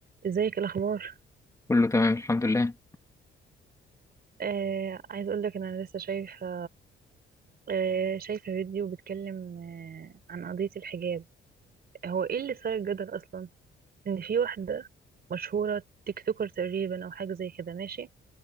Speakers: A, on the right; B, on the left.
A: ازيك إيه الاخبار
B: كله تمام الحمد لله
A: آه عايز اقول لك انا لسه شايفه آه شايفه فيديو بيتكلم آه عن قضيه الحجاب هو ايه اللي صار الجدل اصلا ان في واحده مشهوره تيك توكر تقريبا او حاجه زي كده ماشي